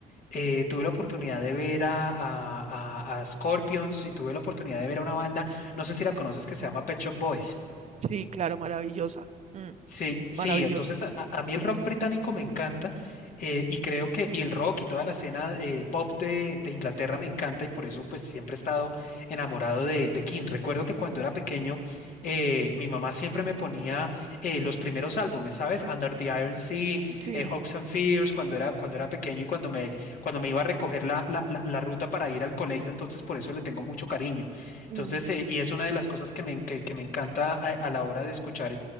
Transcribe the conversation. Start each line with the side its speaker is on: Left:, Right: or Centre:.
Left: eh, tuve la oportunidad de ver a, a, a- a Scorpions y tuve la oportunidad de ver a una banda, no sé si la conoces, que se llama Pet Shop Boys.
Right: Sí, claro, maravillosa. mm,
Left: Sí, sí,
Right: maravillosa.
Left: entonces a, a- a mí el rock británico me encanta eh, y creo que, y el rock y toda la escena eh, pop de, de Inglaterra me encanta y por eso pues siempre he estado enamorado de, de King. Recuerdo que cuando era pequeño eh, mi mamá siempre me ponía eh, los primeros álbumes, ¿sabes? Under the Iron Sea,
Right: Sí.
Left: eh, Hopes and Fears, cuando era, cuando era pequeño y cuando me, cuando me iba a recoger la, la, la, la ruta para ir al colegio, entonces por eso le tengo mucho cariño. Entonces,
Right: mm.
Left: eh, y es una de las cosas que me, que, que me encanta a, a la hora de escuchar